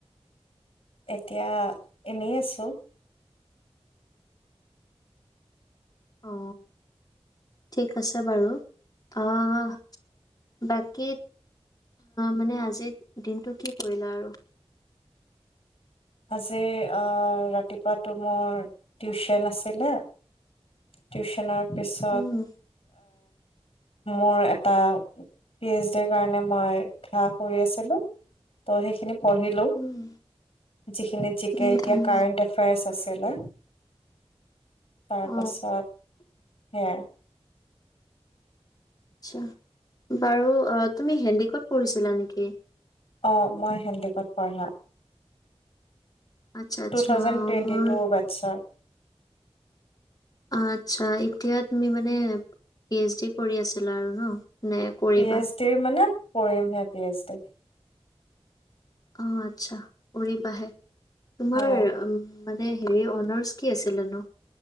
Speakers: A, on the left (about 60°); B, on the left (about 35°).
A: এতিয়া এনেই আছো
B: অ ঠিক আছে বাৰু আহ বাকী মানে আজিৰ দিনটো কি কৰিলা আৰু
A: আজি অ ৰাতিপুৱাতো মোৰ টিউচন আছিলে টিউচনৰ পিছত
B: উম
A: মোৰ এটা পি এইচ ডিৰ কাৰণে মই খেলা কৰি আছিলো ত সেইখিনি পঢ়িলো
B: উম
A: যিখিনি জিকে
B: উম
A: এতিয়া
B: উম
A: কাৰেণ্ট এফেয়াৰ্চ আচিলে তাৰপাছত
B: অ
A: হেয়াই
B: আছা বাৰু তুমি হেণ্ডিকত পঢ়িছিলা নেকি
A: অ মই হেণ্ডেকত পঢ়া
B: আচ্ছা আচ্ছা
A: টু থাউজেণ্ড টুৱেন্টি
B: মোৰ
A: টু বেটছৰ
B: আচ্ছা এতিয়া তুমি মানে পি এইচ ডি কৰি আছিলা আৰু ন নে কৰিবা?
A: পি-এইচ-ডিৰ মানে পঢ়িম হে পি-এইচ-ডি
B: অ' আচ্ছা কৰিবাহে! তোমাৰ,
A: অ
B: উম মানে হেৰি অনাৰ্চ কি আছিলে নো?